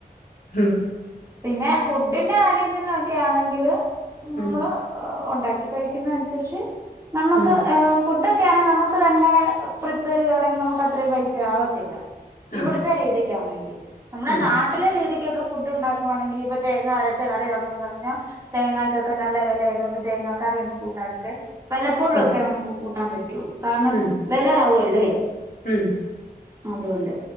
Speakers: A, on the left; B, on the right.
A: <unintelligible>
B: പിന്നെ ഫുഡിന്റെ കാര്യത്തിനൊക്കെ ആണെങ്കില് നമ്മള്
A: ഉം ഉം
B: ഉണ്ടാക്കി കഴിക്കുന്ന അനുസരിച്ച് നമ്മക്ക്
A: ഉം
B: ഫുഡ് ഇക്യാണ് നമ്മക്ക് തന്നെ പ്രിപ്പയർ ചെയ്യണെങ്കി നമ്മക്ക് അത്രയും പൈസ ആവത്തില്ല ഇവിട
A: ആഹ്
B: തെ രീതിക്കാണെങ്കി നമ്മളെ
A: ആഹ്
B: നാട്ടിലെ രീതിക്കൊക്കെ ഫുഡ് ഇണ്ടാ പോവാണെങ്കിൽ ഇപ്പൊ തേങ്ങാ അരച്ച കറിയാണെന്ന് പറഞ്ഞ തേങ്ങായ്ക്കൊക്കെ നല്ല വെല ആയതുകൊണ്ട് തേങ്ങാ കറി ഒന്ന് കൂട്ടാന്ക്ക് പലപ്പോഴുഒക്കെ
A: ഉം
B: നമ്മക്ക് കൂട്ടാൻ പറ്റുള്ളൂ കാരണം
A: ഉം
B: വിലയാവുല്ലേ
A: ഉം
B: അതുകൊണ്ട്